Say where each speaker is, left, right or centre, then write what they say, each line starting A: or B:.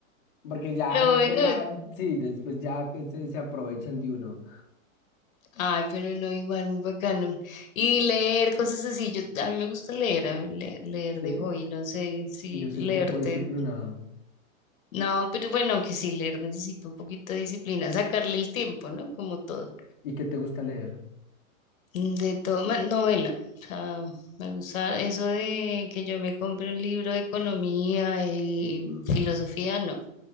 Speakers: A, on the left (about 40°); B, on the left (about 70°).
A: porque ya
B: Pero
A: después,
B: bueno,
A: ah, sí, después ya que se, se aprovechan de uno,
B: ay, pero no, igual, muy bacano. Y leer cosas así, yo, a mí me gusta leer, a- le- leer,
A: ¿sí?
B: de hobby, no sé si
A: Que yo
B: leerte,
A: soy poco disciplinado.
B: no, pero bueno, aunque sí leer necesito un poquito de disciplina, sacarle el tiempo, ¿no? Como todo,
A: ¿Y qué te gusta leer?
B: de todo, ma- novela, o sea, me gusta eso de que yo me compre un libro de economía y filosofía, no.